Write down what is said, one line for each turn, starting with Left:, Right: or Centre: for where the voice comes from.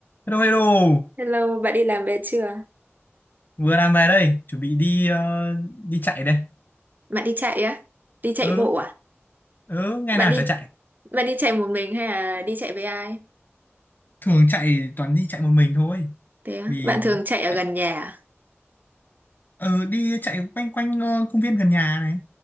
Left: Hello, hello.
Right: Hello, bạn đi làm về chưa?
Left: Vừa làm về đây, chuẩn bị đi ờ, đi chạy đây.
Right: Bạn đi chạy á? Đi chạy
Left: Ừ,
Right: bộ à?
Left: ừ, ngày
Right: Bạn
Left: nào
Right: đi
Left: chả chạy.
Right: bạn đi chạy một mình hay là đi chạy với ai?
Left: Thường chạy toàn đi chạy một mình thôi.
Right: Thế á?
Left: Vì
Right: Bạn thường chạy ở
Left: chạy-
Right: gần nhà à?
Left: ừ, đi chạy quanh quanh ờ, công viên gần nhà này.